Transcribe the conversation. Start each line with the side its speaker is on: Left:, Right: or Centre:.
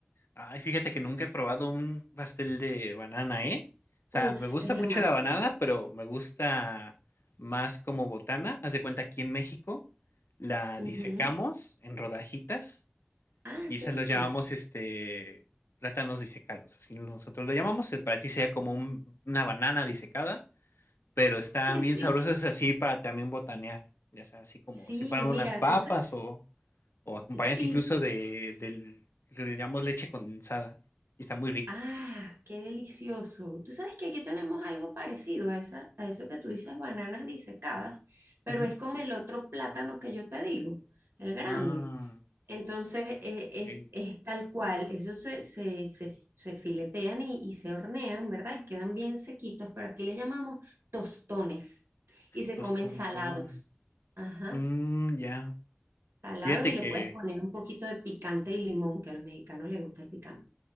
Left: Ay, fíjate que nunca he probado un pastel de banana, ¿eh? O sea,
Right: Uf,
Left: me gusta
Right: es
Left: mucho
Right: lo máximo.
Left: la banana, pero me gusta más como botana. Haz de cuenta, aquí en México la disecamos
Right: Ujú.
Left: en rodajitas
Right: Ah,
Left: y esas
Right: qué rico.
Left: los llamamos este plátanos disecados. Así nosotros lo llamamos. eh, Para ti sería como un- una banana disecada, pero están bien
Right: <laughs> Sí,
Left: sabrosas así para también botanear. Ya sea, así como
Right: sí,
Left: si fueran
Right: mira,
Left: unas papas
Right: tú sabes,
Left: o o acompañas
Right: sí,
Left: incluso de, del, le llamamos leche condensada y está muy rico.
Right: ah, qué delicioso. Tú sabes que aquí tenemos algo parecido a esa, a eso que tú dices, bananas disecadas, pero
Left: Ujú.
Right: es con el otro plátano que yo te digo, el grande.
Left: Ah,
Right: Entonces, eh, es,
Left: ok,
Right: es tal cual, ellos se, se, se- se filetean y, y se hornean, ¿verdad? Y quedan bien sequitos, pero aquí le llamamos tostones y se
Left: tostones,
Right: comen salados.
Left: oh,
Right: Ajá,
Left: mm, ya.
Right: salados
Left: Fíjate
Right: y le
Left: que,
Right: puedes poner un poquito de picante y limón, que a los mexicanos les gusta el picante.